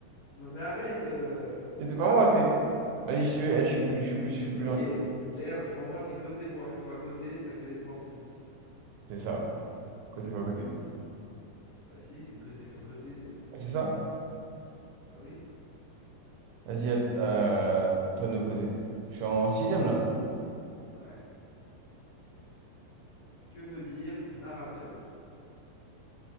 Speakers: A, on the left; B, on the right.
A: Non, mais arrête! euh,
B: Mais c'est pas moi, c'est. Vas-y, je suis, eh, je suis plus, je suis plus, je suis plus
A: Ok,
B: gentil.
A: l'air, pour moi, c'est côté fois fois côté, ça fait 36.
B: C'est ça. Côté par côté.
A: Bah si, côté fois côté. euh,
B: Ouais, C'est ça?
A: Bah oui.
B: Vas-y, à t- euh, toi de me poser. Je suis en sixième là.
A: Ouais. Que veut dire narrateur?